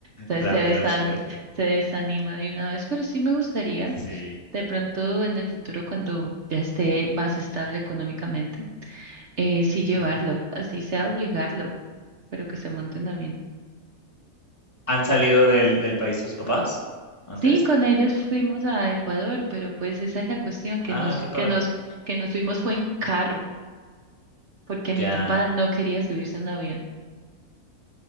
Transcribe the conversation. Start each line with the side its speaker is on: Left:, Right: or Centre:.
Right: Entonces
Left: La
Right: se
Left: mera
Right: desan-
Left: suerte.
Right: se desanima de una vez, pero sí me gustaría,
Left: Sí.
Right: de pronto en el futuro, cuando ya esté más estable económicamente Eh, sí llevarlo,
Left: Ujú.
Right: así sea obligarlo, pero que se monten a bien.
Left: ¿Han salido del, del país tus papás antes?
Right: Sí, con ellos fuimos a Ecuador, pero pues esa es la cuestión, que
Left: Ah,
Right: nos,
Left: qué padre.
Right: que nos, que nos fuimos fue en carro, porque mi
Left: Ya.
Right: papá no quería subirse en avión.